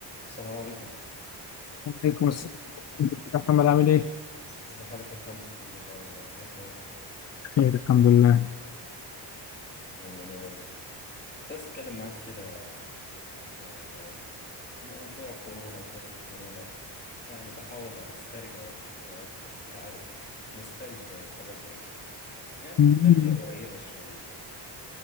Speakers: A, on the left; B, on the left.
A: السلام عليكم
B: وعليكم السلام يا محمد عامل ايه؟
A: ازي حالك يا محمد الحمد لله والله ايه الاخبار
B: خير الحمد لله
A: يوما يا غالي كنت عايز اتكلم معاك كده في موضوع كورونا وفترة كورونا يعني بحاول استرجع الذكريات كده انت عارف نوستالجيا والحاجات دي يعني
B: مم.
A: نوستالجيا قريبة شوية